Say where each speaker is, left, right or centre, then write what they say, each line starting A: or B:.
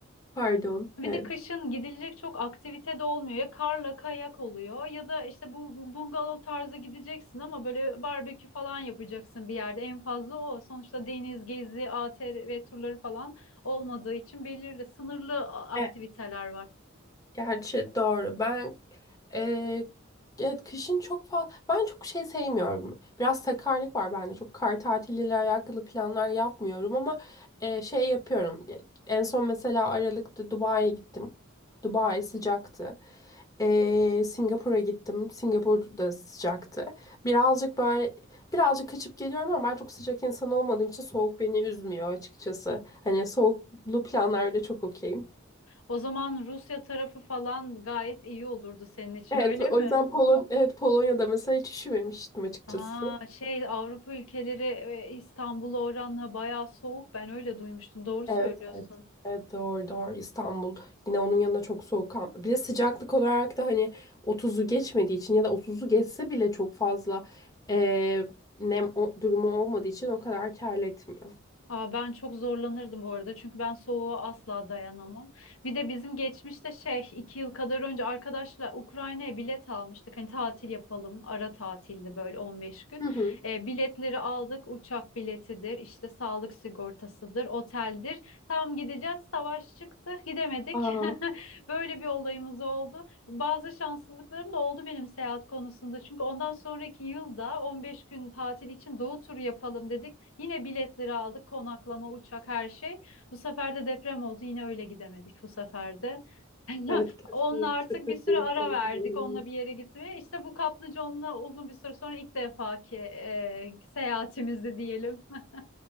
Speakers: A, on the left (about 15°); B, on the left (about 85°).
A: Pardon.
B: bir
A: Evet.
B: de kışın gidilecek çok aktivite de olmuyor. Ya karla kayak oluyor ya da işte bu bu bungalov tarzı gideceksin ama böyle barbekü falan yapacaksın bir yerde. En fazla o. Sonuçta deniz gezi, ATV ve turları falan olmadığı için belirli sınırlı a- aktiviteler
A: Evet,
B: var.
A: gerçi doğru. Ben e, evet kışın çok fazla ben çok şey sevmiyorum. Biraz sakarlık var bende. Çok kar tatiliyle alakalı planlar yapmıyorum ama e, şey yapıyorum. En son mesela Aralık'ta Dubai'ye gittim. Dubai sıcaktı. E, Singapur'a gittim. Singapur da sıcaktı. Birazcık böyle birazcık kaçıp geliyorum ama ben çok sıcak insan olmadığım için soğuk beni üzmüyor açıkçası. Hani soğuklu planlarda çok okeyim.
B: O zaman Rusya tarafı falan gayet iyi olurdu senin için
A: Evet,
B: öyle
A: o
B: mi?
A: yüzden Polon evet Polonya'da mesela hiç üşümemiştim açıkçası.
B: Aa, şey Avrupa ülkeleri e, İstanbul'a oranla bayağı soğuk. Ben öyle duymuştum. Doğru söylüyorsun.
A: Evet, evet. Evet doğru doğru İstanbul yine onun yanında çok soğuk ama- bir de sıcaklık olarak da hani 30'u geçmediği için ya da 30'u geçse bile çok fazla eee, nem o- durumu olmadığı için o kadar kar etmiyor.
B: Aa, ben çok zorlanırdım bu arada çünkü ben soğuğa asla dayanamam. Bir de bizim geçmişte şey iki yıl kadar önce arkadaşla Ukrayna'ya bilet almıştık. Hani tatil yapalım ara tatildi böyle 15 gün.
A: Hı hı.
B: Ee, biletleri aldık uçak biletidir işte sağlık sigortasıdır oteldir. Tam gideceğiz savaş çıktı gidemedik.
A: Aa,
B: <laughs> Böyle bir olayımız oldu. Bazı şanssızlıklarım da oldu benim seyahat konusunda. Çünkü ondan sonraki yılda 15 gün tatil için doğu turu yapalım dedik. Yine biletleri aldık, konaklama, uçak, her şey. Bu sefer de deprem oldu. Yine öyle gidemedik bu sefer de. <laughs>
A: evet kötü,
B: Onunla artık
A: kötü
B: bir süre
A: bir
B: ara
A: denk
B: verdik.
A: gelme.
B: Onunla bir yere gitmeye. İşte bu kaplıconla uzun bir süre sonra ilk defaki e, seyahatimizdi diyelim. <laughs>